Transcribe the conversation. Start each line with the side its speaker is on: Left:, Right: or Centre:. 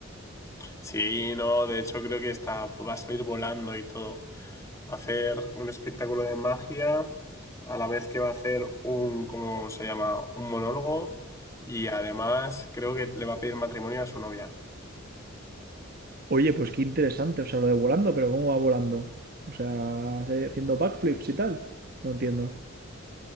Left: Sí, no, de hecho creo que está, va a salir volando y todo. Va a hacer un espectáculo de magia, a la vez que va a hacer un, ¿cómo se llama? Un monólogo. Y además creo que le va a pedir matrimonio a su novia.
Right: Oye, pues qué interesante. O sea, lo de volando, pero ¿cómo va volando? O sea, hace- haciendo backflips y tal. No entiendo.